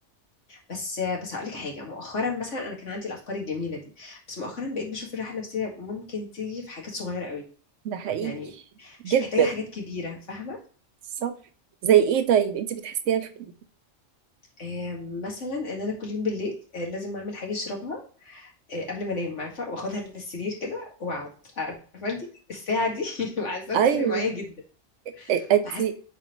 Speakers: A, on the left; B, on the right.
A: بس آه، بس هقول لك حاجة مؤخرا مثلا أنا كان عندي الأفكار الجميلة دي بس مؤخرا بقيت بشوف الراحة النفسية ممكن تيجي في حاجات صغيرة قوي
B: ده حقيقي
A: يعني مش
B: جدا
A: محتاجة حاجات كبيرة فاهمة
B: صح زي ايه طيب انت بتحسيها في إيه؟
A: آه مثلا ان انا كل يوم بالليل آه لازم اعمل حاجة اشربها آه قبل ما انام عارفة واخدها للسرير كده واقعد عارفة انت الساعة دي <laughs> بحسها بتفرق
B: ايوه
A: معايا جدا
B: إيه- انت
A: بحس